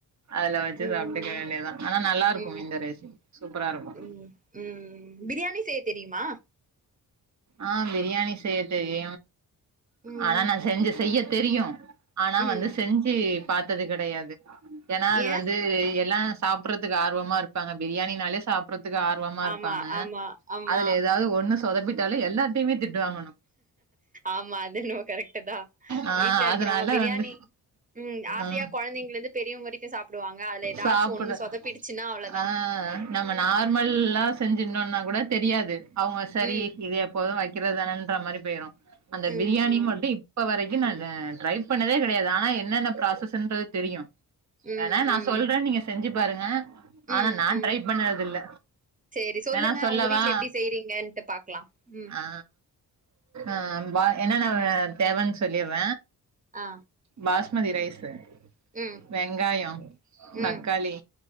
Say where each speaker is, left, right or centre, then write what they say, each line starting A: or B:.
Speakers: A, on the right; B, on the right.
A: அதுல வச்சு
B: ம்
A: சாப்புட்டுக்கா வேண்டியதா ஆனா நல்லா இருக்கு
B: ம்
A: இந்த ரைசி சூப்பரா இருக்கு
B: ம் ம் பிரியாணி செய்ய தெரியுமா
A: ஆ பிரியாணி செய்ய தெரியு
B: ம்
A: ஆனா நா செஞ்சு செய்ய தெரியு ஆனா
B: ம்
A: வந்து செஞ்சு பாத்தது கெடயாது ஏன்னா அது
B: ஏ
A: வந்து எல்லா சாப்ட்றதுக்கு ஆர்வமா இருப்பாங்க பிரியாணினாலே சாப்றதுக்கு ஆர் வமா
B: ஆமா
A: இருப்பாங்க
B: ஆமா ஆமா
A: அதுல ஏதாவது ஒண்ணு சொதப்பிட்டாலு எல்லார்டிமே திட்டுவாங்கனு
B: ஆமா அது என்னவோ கரெக்ட்டு தா
A: ஆ
B: வீட்ல இருக்கிறவுங்க
A: அதனால
B: பிரியாணி
A: வந்து
B: ம் ஆசயா
A: ஆ
B: கெழந்தைங்கள்ந்து பெரியவங் வரைக்கு சாப்டுவாங்க அதல எதாச்சு
A: சாப்புட
B: ஒண்ணு சொதப்பிடுச்சுன்னா அவ்ளதா
A: ஆ நம்ம நார்மல்லா செஞ்ருந்தோனா கூட தெரியாது அவுங்க செரி
B: ம்
A: இது எப்போது வைக்கிறதானன்ற மாரி போயிரு அந்த
B: ம்
A: பிரியாணி
B: ம்
A: மட்டு இப்ப வரைக்கு நா ட்ரை பண்ணதே கெடையாது ஆனா என்னென்ன ப்ராசஸ்ன்றது தெரியு
B: ம்
A: வேணா
B: ம்
A: நா சொல்ற நீங்க செஞ்சு பாருங்க ஆனா
B: ம்
A: நா
B: ம்
A: ட்ரை பண்ணறது இல்ல
B: சேரி சொல்லுங்க
A: வேணா சொல்லவா
B: உங்க வீட்ல எப்டி செய்றீங்கன்ட்டு பாக்லா ம்
A: ஆ ஆ பா என்னன்ன தேவன் சொல்லிர
B: ஆ
A: பாஸ்மதி ரைஸு
B: ம்
A: வெங்காயோ
B: ம்
A: தக்காளி